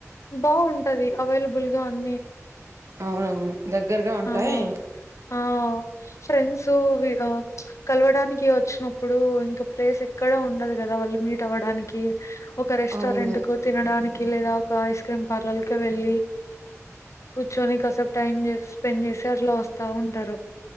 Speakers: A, on the left (about 65°); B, on the right (about 65°).
A: బాగుంటది అవైలబుల్ గా అన్ని
B: అవునవును దగ్గరగా ఉంటాయ్
A: ఆ! ఆ ఫ్రెండ్స్ వి కలవడానికి వ చ్చినప్పుడు ఇంకా ప్లేస్ ఎక్కడా ఉండదు గాదా వాళ్ళు మీట్ అవ్వడానికి ఒక రెస్టారెంట్
B: అవును
A: కు తినడానికి లేదా ఒక ఐస్ క్రీమ్ పార్లర్కి వెళ్ళి కూచోని కాసేపు టైం స్పెండ్ చేసి అట్లా వస్తా ఉంటారు